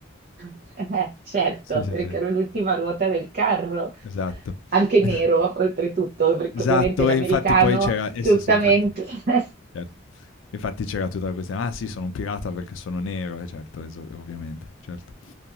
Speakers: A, on the right (about 45°); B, on the left (about 75°).
A: <laughs> Eh, certo,
B: Sì, Sì,
A: perché
B: sì. sì,
A: ero l'ultima ruota del carro,
B: esatto.
A: anche nero
B: <laughs>
A: oltretutto, perché
B: Esatto,
A: ovviamente l'americano
B: e infatti poi c'era eh
A: giustamente
B: sì, sì, infatti,
A: <laughs>
B: certo. Infatti c'era tutta la questione: "Ah sì, sono un pirata perché sono nero", eh certo, eso ovviamente, certo.